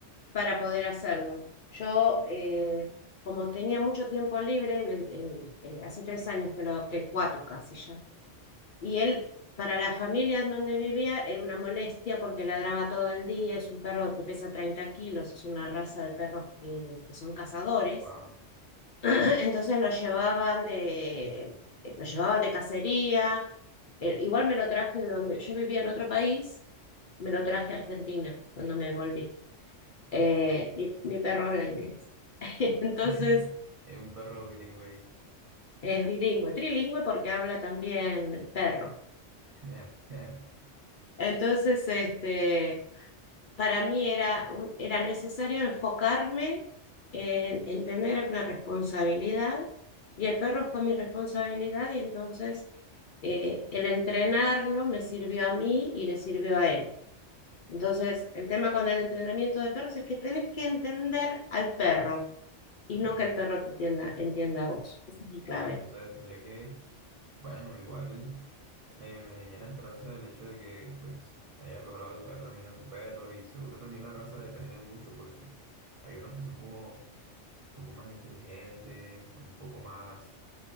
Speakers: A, on the left (about 55°); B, on the right (about 50°).
A: para poder hacerlo. Yo, eh, como tenía mucho tiempo libre, en- en- eh, hace tres años que lo adopté, cuatro casi ya, y él, para la familia en donde vivía, era una molestia porque ladraba todo el día, es un perro que pesa 30 kilos, es una raza de perros que, que son cazadores,
B: wow.
A: <clears throat> entonces lo llevaban de, eh, lo llevaban de cacería, Eh, igual me lo traje de donde yo vivía en otro país, me lo traje a Argentina cuando me volví. Eh,
B: Mm.
A: mi, mi perro habla inglés. <laughs> Entonces
B: <laughs> Es un perro bilingüe.
A: es bilingüe, trilingüe porque habla también perro.
B: <laughs>
A: Entonces, este, para mí era, un- era necesario enfocarme en, en tener una responsabilidad y el perro fue mi responsabilidad y entonces eh, el entrenarlo me sirvió a mí y le sirvió a él. Entonces, el tema con el entrenamiento de perros es que tenés que entender al perro. y no
B: Mm,
A: que el perro te entienda, entienda a vos. Esa es mi clave.
B: Claro, entonces tendría que, Bueno, igual eh, me llena de esperanza el hecho de que pues hayas logrado educar también a tu perro y seguro también la raza depende mucho porque hay unos que son como un poco más inteligentes, son un poco más